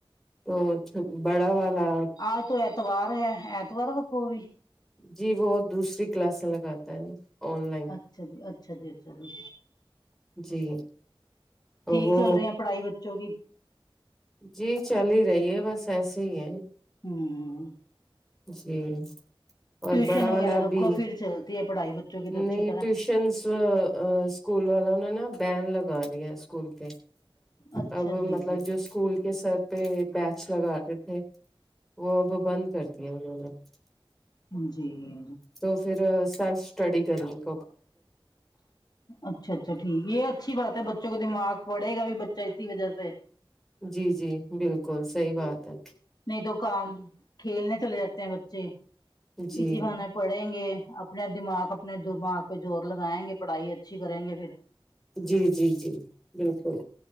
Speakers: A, in the centre; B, on the left (about 50°).
A: تو بڑا والا
B: آج تو ایتوار ہے ایتوار وکھو بھی
A: جی وہ دوسری کلاسیں لگاتا ہے آن لائن
B: اچھا جی اچھا جی اچھا جی
A: جی
B: ٹھیک
A: وہ
B: چل رہ ہیں پڑھائی بچوں کی
A: جی چل ہی رہی ہے بس ایسے ہی ہے
B: ہوں
A: جی اور
B: ٹیوشن
A: بڑا
B: وغیرہ
A: والا
B: رکھو
A: بھی
B: پھر چلتی ہے پڑھائی بچوں کی تو اچھی
A: نہیں
B: طرح
A: ٹیوشن س سکول والوں نے نہ بین لگا دیا سکول پہ
B: اچھا
A: اب
B: جی
A: مطلب
B: جی
A: جو اسکول کے سر پہ بیچ لگاتے تھے وہ اب بند کرتے یہ <unintelligible>
B: جی جی
A: تو پھر سیلف اسٹڈی کرنیک
B: اچھا اچھا ٹھیک یہ اچھی بات ہے بچ بچوں کو دماغ پڑے گا بھی بچہ اسی وجہ سے
A: جی جی بالکل صحیح بات ہے
B: نہیں تو کام کھیلنے چلے جاتے ہیں بچے
A: جی
B: اسی بہانہ پڑھیں گے اپنے دماغ اپنے دماغ پہ زور لگائیں گے پڑھائی اچھی کریں گے پھر
A: جی جی جی بالکل